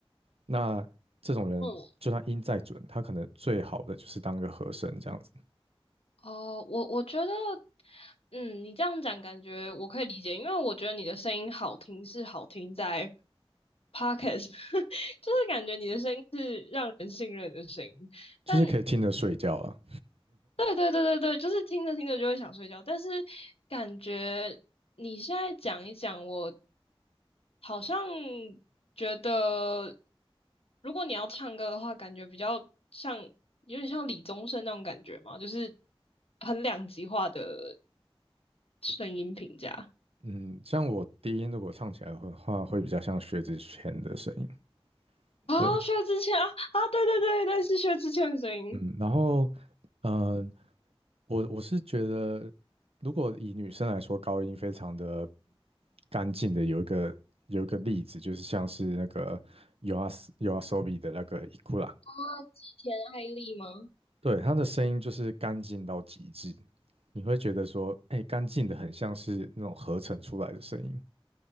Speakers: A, on the right; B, on the left.
A: 那这种人就算音再准，
B: 嗯，
A: 他可能最好的就是当个和声这样子，
B: 哦，我我觉得，嗯，你这样讲感觉我可以理解，因为我觉得你的声音好听是好听在 podcast，<laughs> 就是感觉你的声音是让人信任的声音。
A: 就是可以听着睡觉了。
B: 但嗯，对对对对对，就是听着听着就会想睡觉，但是感觉你现在讲一讲，我好像觉得，如果你要唱歌的话，感觉比较像有点像李宗盛那种感觉嘛，就是很两极化的。声音评价
A: 嗯，像我低音如果唱起来的话，会比较像薛之谦的声音。
B: 啊，
A: 对，
B: 薛之谦啊啊，对对对对，是薛之谦的声音。
A: 嗯，然后。呃，我我是觉得，如果以女生来说，高音非常的干净的，有一个有一个例子，就是像是那个 y o a s y o a s o b i 的那个伊库拉，
B: 啊，吉田爱丽吗？
A: 对，她的声音就是干净到极致，你会觉得说，哎、干净的很像是那种合成出来的声音，